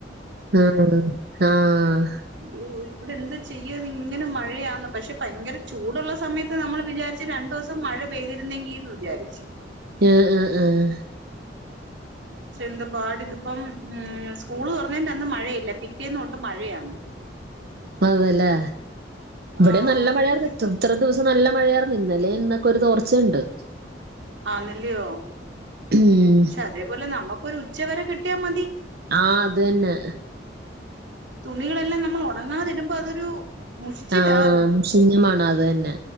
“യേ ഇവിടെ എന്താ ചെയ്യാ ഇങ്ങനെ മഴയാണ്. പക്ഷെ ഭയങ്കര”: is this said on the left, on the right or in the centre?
Right